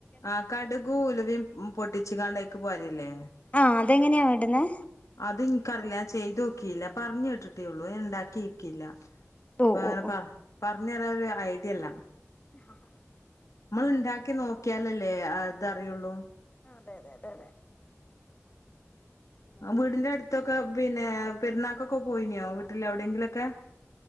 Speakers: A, on the left; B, on the left.
A: ആ കടുകും ഉലവിം പൊട്ടിച്ച്ക്കാണ്ട് അയ്ക്ക് പാരല്ലേ?
B: ആ അതെങ്ങനെയാ ഇട്ന്നേ?
A: അത് ഇൻകറീല. ഞാൻ ചെയ്ത് നോക്കീല്ല. പറഞ്ഞേട്ടിട്ടേള്ളൂ. ഞാൻ ണ്ടാക്കി നോക്കീല്ല. അപ്പൊ
B: ഓഹ്
A: അങ്ങനെ
B: ഓഹ് ഓഹ്
A: പറ പറഞ്ഞരാനൊരു ഐഡിയല്ല.
B: <inaudible>
A: നമ്മൾ ഇണ്ടാക്കി നോക്കിയാലല്ലേ അതറിയുള്ളൂ.
B: അതെ അതെ അതെ അതെ പിന്നെന്നാ
A: ഉ വീടിന്റെ അടുത്തൊക്കെ പിന്നെ പെരുന്നാക്കൊക്കെ പോയിനോ വീട്ടില് എവിടെങ്കിലൊക്കെ?